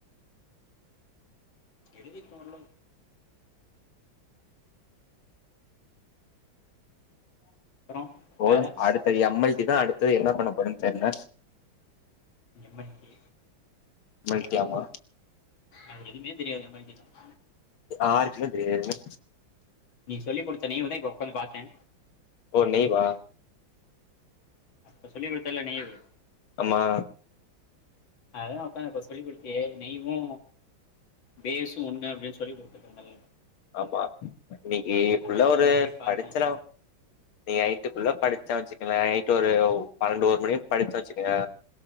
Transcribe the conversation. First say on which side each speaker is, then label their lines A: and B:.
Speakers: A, on the left; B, on the left.
A: எழுதிருக்க ஓரளவுக் அப்புறம்
B: போது
A: வேற
B: அடுத்து எம் எல் இதா அடுத்து என்ன பண்ணப்போறன் தெர்ல
A: M L K
B: M L K ஆமா
A: அது எதுவுமே தெரியாது எம்எல்டி தான்
B: ஆருக்குமே தெரியாது எதுமே
A: நீ சொல்லி குடுத்த நேவுதா இப்ப உக்காந்து பாத்த
B: ஓ நெய்வா
A: அப்ப சொல்லி குடுத்தல்ல நேவு
B: ஆமா
A: அததா உக்காந்து இப்ப சொல்லி குடுத்தியே நெய்வு பேஸு ஒண்ணு அப்டின்னு சொல்லி குடுத்துட்ருந்தல்ல
B: ஆமா இன்னைக்கு ஃபுல்லா
A: அதான் உட்காந்து
B: ஒரு
A: மறுபடியும் பார்த்தேன்
B: படிச்சலா இன்னைக் நைட் டுக்குள்ள படிச்ச வெச்சுக்கவே நைட் ஒரு பன்னண்டு ஒரு மணி வர படிச்ச வெச்சுக்கயே